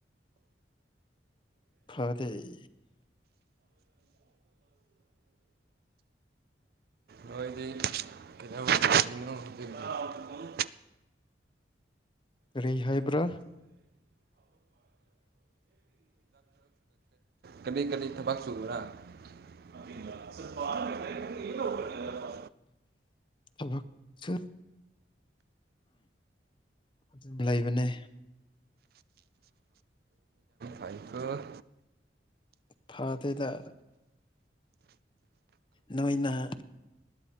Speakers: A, on the left; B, on the right.
A: ꯐꯗꯩ
B: ꯅꯣꯏꯗꯤ ꯀꯩꯗꯧꯔꯤꯅꯣ ꯍꯧꯖꯤꯛꯇꯤ
A: ꯀꯔꯤ ꯍꯥꯏꯕ꯭ꯔꯥ
B: ꯀꯔꯤ ꯀꯔꯤ ꯊꯕꯛ ꯆꯨꯕꯔꯥ ꯑꯥ ꯄꯔ ꯌꯦꯂꯈꯜ ꯄ
A: ꯊꯕꯛꯁ ꯑꯗꯨꯝ ꯂꯩꯕꯅꯦ
B: ꯐꯥꯏꯕ
A: ꯐꯥꯗꯦꯗ ꯅ ꯅꯍꯥ